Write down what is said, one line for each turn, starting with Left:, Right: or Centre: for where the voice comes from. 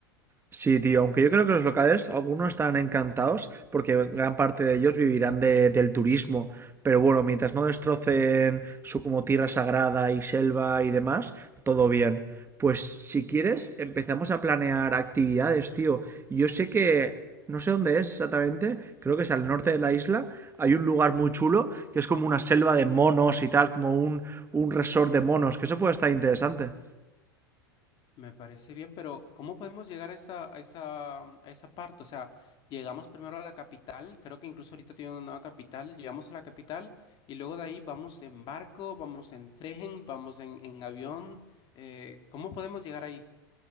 Right: Sí, tío, aunque yo creo que los locales, algunos estarán encantados porque gran parte de ellos vivirán de- del turismo. Pero bueno, mientras no destrocen su como tierra sagrada y selva y demás, todo bien. Pues si quieres, empezamos a planear actividades, tío. Yo sé que, no sé dónde es exactamente, creo que es al norte de la isla. Hay un lugar muy chulo que es como una selva de monos y tal, como un, un resort de monos, que eso puede estar interesante.
Left: Me parece bien, pero ¿cómo podemos llegar a esa, a esa, mm, a esa parte? O sea, llegamos primero a la capital, creo que incluso ahorita tiene una nueva capital, llegamos a la capital y luego de ahí vamos en barco, vamos en tren, vamos en, en avión. eh, ¿cómo podemos llegar ahí?